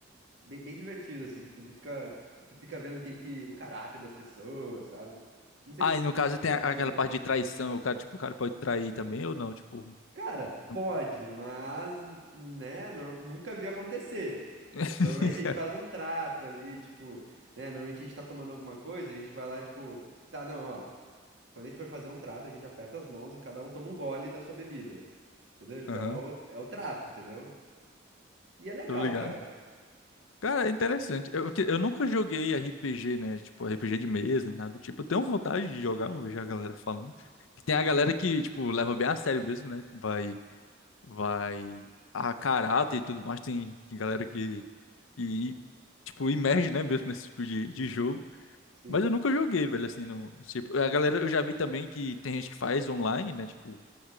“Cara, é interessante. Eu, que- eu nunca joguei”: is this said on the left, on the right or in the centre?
Left